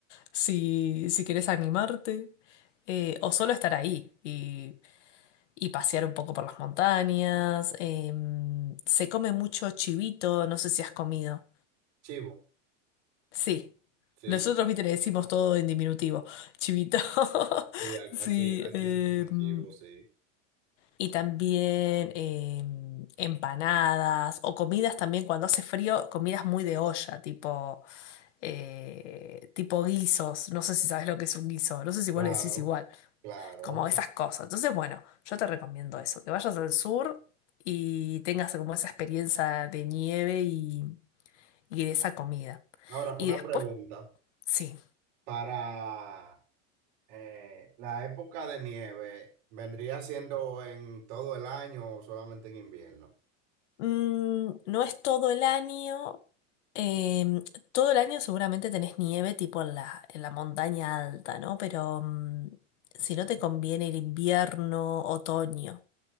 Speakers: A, on the left; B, on the right.
A: si, si quieres animarte, eh, o solo estar ahí y, y pasear un poco por las montañas. em, se come mucho chivito, no sé si has comido.
B: Chivo,
A: Sí,
B: sí,
A: nosotros,
B: claro.
A: viste, le decimos todo en diminutivo, chivito. <laughs>
B: Sí, a-
A: Sí,
B: aquí, aquí
A: em,
B: se come chivo, sí.
A: y también em, empanadas o comidas también cuando hace frío, comidas muy de olla, tipo eh, tipo guisos, no sé si sabes lo que es un guiso, no sé si vos
B: Claro,
A: le decís igual,
B: claro.
A: como esas cosas. Entonces, bueno, yo te recomiendo eso, que vayas al sur y tengas como esa experiencia de nieve y, y de esa comida.
B: Ahora,
A: Y
B: una
A: después,
B: pregunta.
A: sí,
B: Para eh, la época de nieve, ¿vendría siendo en todo el año o solamente en invierno?
A: mm, no es todo el año. em, todo el año seguramente tenés nieve tipo en la, en la montaña alta, ¿no? Pero mm, si no te conviene el invierno, otoño.